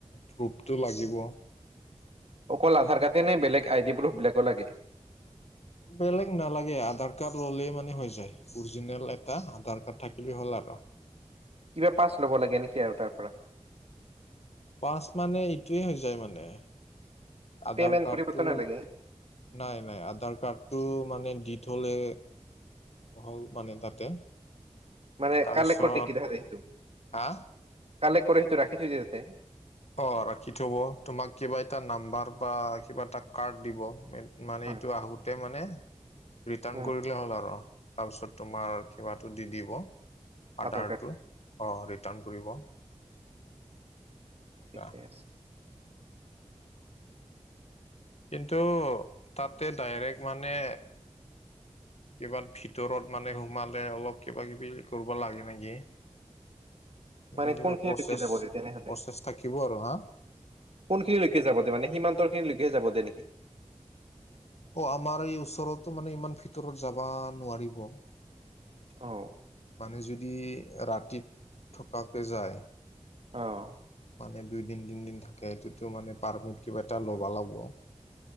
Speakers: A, on the left; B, on the right.
A: প্ৰুফটো লাগিব।
B: অকল আধাৰ কাৰ্ডেনে বেলেগ আই ডি প্ৰুফ বিলাকো লাগে?
A: বেলেগ নালাগে আধাৰ কাৰ্ড ল'লে মানে হৈ যায়। অৰিজিনেল এটা আধাৰ কাৰ্ড থাকিলেই হ'ল আৰু।
B: কিবা পাছ ল'ব লাগে নেকি আৰু তাৰ পৰা?
A: পাচ মানে এইটোৱে হৈ যায় মানে, আধাৰ
B: পে'মেণ্ট
A: কাৰ্ডটো
B: কৰিবতো নালাগে
A: নাই নাই আধাৰ কাৰ্ডটো মানে দি থ'লে হ'ল মানে তাতে।
B: মানে
A: তাৰপিছত
B: কালেক্ট কৰি নেকি তাহাতে সেইটো,
A: হা
B: কালেক্ট কৰি সেইটো ৰাখি থৈ দিয়ে তাতে।
A: অ' ৰাখি থ'ব তোমাক কিবা এটা নাম্বাৰ বা কিবা এটা কাৰ্ড দিব মানে
B: হয়
A: এইটো আহোতে মানে ৰিটাৰ্ণ
B: উম
A: কৰিলে হ'ল আৰু। তাৰপিছত তোমাৰ কিবাটো দি দিব, আৰ্ডাৰটো
B: আধাৰ কাৰ্ড
A: অ' ৰিটাৰ্ণ কৰিব। এনেকা।
B: ঠিকে আছে।
A: কিন্তু, তাতে ডাইৰেক্ট মানে কিবাত ভিতৰত মানে সোমালে অলপ কিবা কিবি কৰিব লাগে নেকি?
B: মানে
A: এনে কিবা
B: কোনখিনিলৈকে
A: প্ৰচেছ,
B: যাব দে তেনেহলে
A: প্ৰচেছ থাকিব আৰু হা
B: কোনখিনিলৈকে যাব দে মানে সীমান্তৰিনিলকে যাব দে নেকি?
A: অ' আমাৰ এই ওচৰতো মানে ইমান ভিতৰত যাবা নোৱাৰিব।
B: অ
A: মানে যদি ৰাতি থকাকে যায়।
B: অ'।
A: মানে দুই দিন তিন দিন থাকে সেইটোতো মানে পাৰ্মিট কিবা এটা ল'বা লাগব।